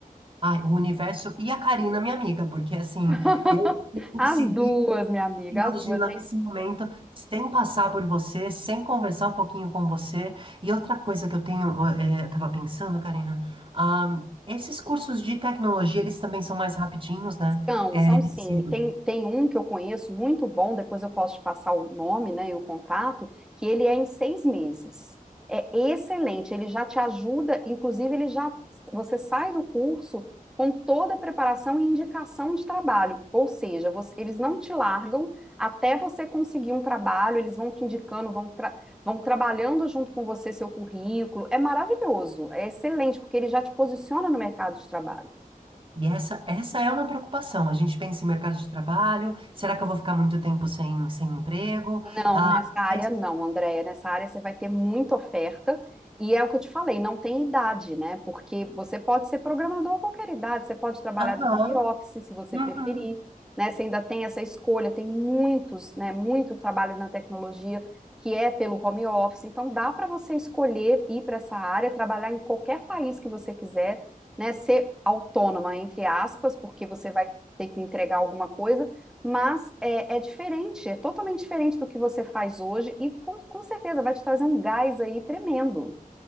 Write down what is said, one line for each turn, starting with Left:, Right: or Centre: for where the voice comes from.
Right: Ai, o universo e a Karina, minha amiga, porque assim,
Centre: <laughs>
Right: eu consegui
Centre: As duas, minha amiga,
Right: Imaginar
Centre: as duas, gente.
Right: esse momento sem passar por você, sem conversar um pouquinho com você. E outra coisa que eu tenho, eh, eu tava pensando, Karina, ah, esses cursos de tecnologia, eles também são mais rapidinhos, né?
Centre: São,
Right: Eh,
Centre: são sim.
Right: assim,
Centre: Tem, tem um que eu conheço muito bom, depois eu posso te passar o nome, né, e o contato, que ele é em seis meses. É excelente, ele já te ajuda, inclusive ele já, você sai do curso com toda a preparação e indicação de trabalho, ou seja, você- eles não te largam até você conseguir um trabalho, eles vão te indicando, vão, tra- vão trabalhando junto com você seu currículo. É maravilhoso, é excelente, porque ele já te posiciona no mercado de trabalho.
Right: e essa, essa é uma preocupação. A gente pensa em mercado de trabalho, será que eu vou ficar muito tempo sem, sem emprego?
Centre: Não,
Right: Ah,
Centre: nessa área
Right: mas-
Centre: não, Andréia. Nessa área você vai ter muita oferta. E é o que eu te falei, não tem idade, né? Porque você pode ser programador a qualquer idade, você pode trabalhar
Right: Aham,
Centre: de home office, se você
Right: uhum.
Centre: preferir, né? Você ainda tem essa escolha, tem muitos, né? Muito trabalho na tecnologia que é pelo home office. Então dá para você escolher ir para essa área, trabalhar em qualquer país que você quiser, né? Ser autônoma, entre aspas, porque você vai ter que entregar alguma coisa mas é, é diferente, é totalmente diferente do que você faz hoje e com, com certeza vai te trazer um gás aí tremendo.